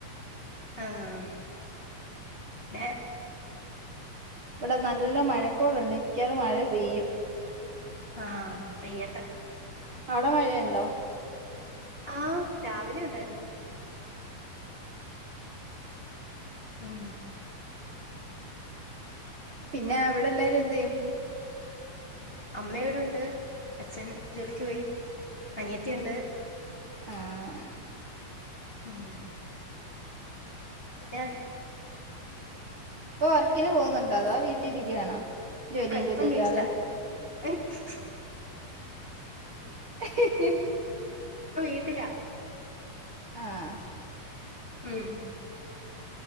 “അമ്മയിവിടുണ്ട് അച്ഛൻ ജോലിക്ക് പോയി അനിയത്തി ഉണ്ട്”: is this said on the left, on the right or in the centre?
Left